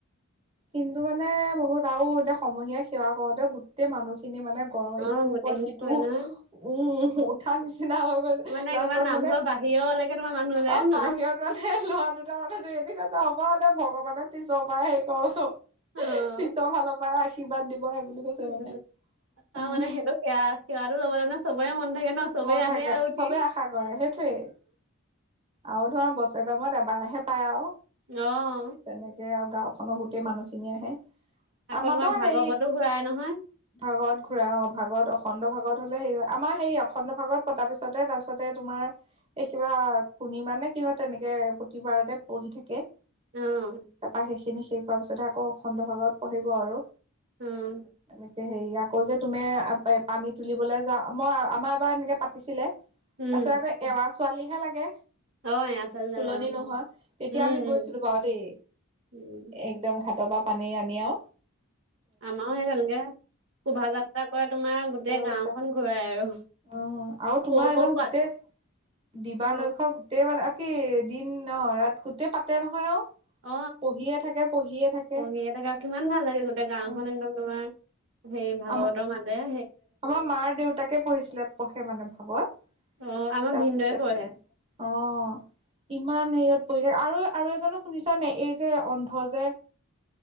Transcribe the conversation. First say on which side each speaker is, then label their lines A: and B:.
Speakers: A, on the right; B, on the right.
A: কিন্তু মানে বহুত আৰু এতিয়া সমুহীয়া সেৱা কৰোতে গোটেই মানুহখিনি মানে গৰম
B: অ',
A: ইটোৰ
B: গোটেইখিনি
A: ওপৰত সিটো
B: কয় নহয়
A: উম উঠা নিচিনা হৈ গৈ
B: অ', মানে একেবাৰে
A: লাষ্টত
B: নামঘৰ
A: মানে
B: বাহিৰলৈকে তোমাৰ মানুহ যায়
A: অ
B: ন
A: বাহিৰত মানে লৰা দুটা মানে যে এতি ঠিক আছে হ'ব দে ভগৱানে পিছৰ পৰা হেৰি কৰো
B: অ'।
A: পিছৰ ফালৰ পৰাই ৰাখি কিবাত দিব বুলি কৈছে
B: উম
A: মানে
B: আৰু
A: উম
B: মানে সেইটো সেয়া সেৱা টো লবলে নো ছবৰে মন থাকে ন চবেই
A: মন
B: আহে
A: থাকে
B: আৰু উঠি।
A: চবেই আশা কৰে সেইটোৱেই। আৰু ধৰা বছৰে কামত এবাৰহে পায় আৰু।
B: অহ
A: তেনেকে আৰু গাঁওখনৰ গোটেই মানুহখিনি আহে।
B: আকৌ
A: আমাৰ
B: তোমাৰ
A: বাও
B: ভাগৱতো
A: হে
B: ঘূৰাই নহয়।
A: ভাগত ঘূৰা অ ভাগত অখণ্ড ভাগত হলে স আমাৰ সেই অখণ্ড ভাগত পতা পিছতে তাৰপিছতে তোমাৰ এই কিবা পূৰ্ণিম নে কিহত তেনেকে প্ৰতিবাৰতে পঢ়ি থাকে।
B: আহ
A: তাৰপা সেইখিনি শেষ হোৱাৰ পিছত আকৌ অখণ্ড ভাগত পঢ়িব আৰু
B: উম,
A: এনে হেৰি আকৌ যে তুমি পানী তুলিবলৈ যাওঁ মই আমাৰ এবাৰ এনেকে পাতিছিলে। তাৰপিছত
B: উম,
A: আকৌ এৱা ছোৱালীহে লাগে।
B: অ', এয়া চালি লাগে
A: তুলনি
B: অ',
A: নোহোৱা তেতিয়া
B: উম,
A: আমি
B: উম,
A: গৈছিলো বাৰু দেই।
B: উম।
A: একদম ঘাটৰ বা পানী আনি আও।
B: আমাৰো সেই তেনেকে শোভা যাত্ৰা কৰে তোমাৰ গোটেই
A: শোভাযাত্ৰা
B: গাঁওখন ঘূৰাই আৰু।
A: অ আৰু তোমাৰ
B: সৰু সৰু
A: একদম
B: পোৱালি
A: গোটেই দিবা
B: অ',
A: নৈশ গোটেই মানে। কি দিন অ ৰাত গোটেই পাতে নহয় আৰু।
B: অ
A: পঢ়িয়ে থাকে পঢ়িয়ে থাকে
B: কণী এটকা কিমান ভাল লাগে গোটেই গাঁওখন
A: অ
B: একদম তোমাৰ। সেই ভাগৱতৰ
A: আমাৰ
B: মাজৰে।
A: আমাৰ মাৰ দেউতাকে পঢ়িছিলে পঢ়ে মানে ভাগৱত।
B: অ', আমাৰ
A: তাৰপিছতে
B: ভিনদেউৱে পঢ়ে।
A: অ ইমান হেৰিয়ত পঢ়ি আৰু। আৰু এজনক শুনিছা নে এই যে অন্ধ যে।